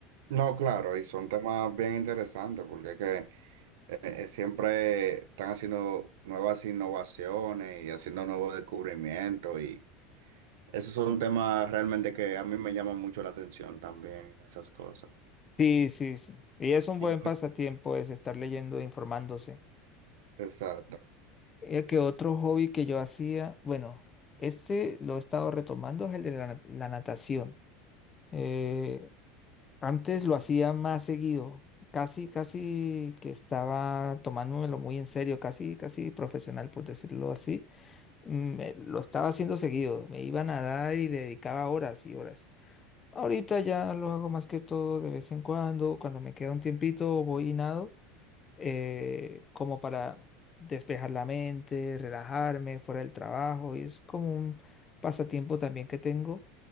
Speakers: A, on the right; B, on the left.
A: No, claro, y son temas bien interesantes porque que eh, eh, siempre están haciendo nuevas innovaciones y haciendo nuevos descubrimientos y esos son temas realmente que a mí me llaman mucho la atención también, esas cosas.
B: Sí, sí, sí. Y es un buen
A: ¿Y en qué-
B: pasatiempo es estar leyendo e informándose.
A: Exacto,
B: Eh, que otro hobby que yo hacía, bueno, este lo he estado retomando, es el de la, la natación. Eh, antes lo hacía más seguido, casi, casi que estaba tomándomelo muy en serio, casi, casi profesional, por decirlo así. Mm, eh, lo estaba haciendo seguido, me iba a nadar y le dedicaba horas y horas. Ahorita ya lo hago más que todo de vez en cuando, cuando me queda un tiempito voy y nado eh, como para despejar la mente, relajarme fuera del trabajo y es como un pasatiempo también que tengo